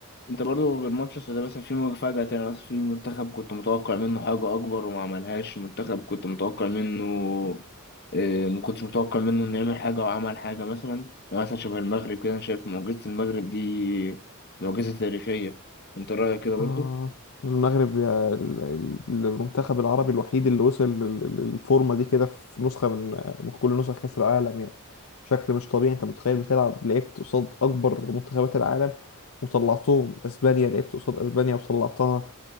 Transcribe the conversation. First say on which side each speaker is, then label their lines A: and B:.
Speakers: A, on the left; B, on the left.
A: انت برضو غير ماتش السودان مثلا في مفاجأة تانية مثلا في منتخب كنت متوقع منه حاجة أكبر وما عملهاش منتخب كنت متوقع منه اه، ما كنتش متوقع منه إنه يعمل حاجة وعمل حاجة مثلا يعني مثلا شبه المغرب كده أنا شايف معجزة المغرب دي معجزة تاريخية أنت رأيك كده برضو
B: آه المغرب يا- ال- ال- المنتخب العربي الوحيد اللي وصل لل- لل- للفورمة دي كده في نسخة من من كل نسخ كأس العالم يعني شكل مش طبيعي انت متخيل بتلعب لعبت قصاد أكبر منتخبات العالم وطلعتهم اسبانيا لعبت قصاد اسبانيا وطلعتها